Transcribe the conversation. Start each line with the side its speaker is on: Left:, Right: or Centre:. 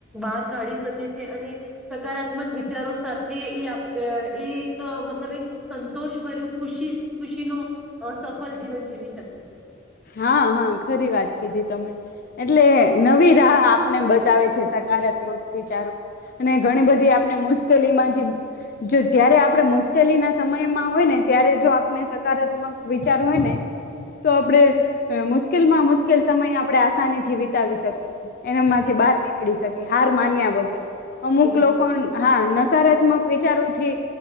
Centre: બહાર કાઢી શકે છે અને સકારાત્મક વિચારો સાથે એ આપ અ એ તો મતલબ એક સંતોષ ભર્યું ખુશી ખુશી નો સફળ જીવન જીવી શકે છે.
Left: હા હા ખરી વાત કીધી તમે એટલે નવી રાહ આપને બતાવે છે સકારાત્મક વિચારો અને ઘણી બધી આપણે મુશ્કેલી માંથી જો જયારે આપણે મુશ્કેલી ના સમયમાં હોય ને ત્યારે જો આપણે સકારાત્મક વિચાર હોય ને તો આપણે મુશ્કેલ માં મુશ્કેલ સમય આપણે આસાની થી વિતાવી શકી. એના માંથી
Centre: બિલકુલ
Left: બહાર નીકળી શકે હાર માન્યા વગર અમુક
Centre: બિલકુલ
Left: લોકો હા હકારાત્મક વિચારોથી